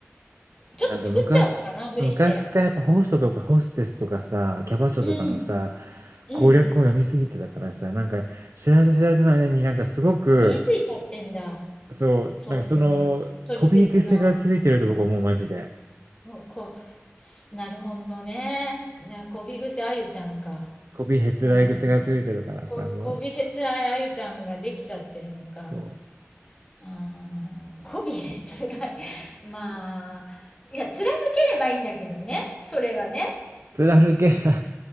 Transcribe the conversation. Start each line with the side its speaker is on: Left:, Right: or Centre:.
Left: ちょっと作っちゃうのかな、
Right: なんか昔、
Left: 無理して。
Right: 昔からやっぱホストとかホステスとかさ、キャバ嬢とかのさ、
Left: うん、うん。
Right: 攻略を読みすぎてたからさ、なんか知らず知らずの間になんかすごく、
Left: 身についちゃってんだ。
Right: そう、
Left: そういう、
Right: なんかその、
Left: 取説の。
Right: コピー癖がついてると僕思う、マジで。
Left: お、こ、すなるほどね。な、こびぐせあゆちゃんか。
Right: コピーへつらい癖がついてるからさ、
Left: うん。こ、
Right: もう、
Left: こびへつらいあゆちゃんができちゃってるのか。
Right: そう。
Left: うん。こびへつらい。<laughs> まあ、いや、貫ければいいんだけどね。それがね。
Right: 貫けな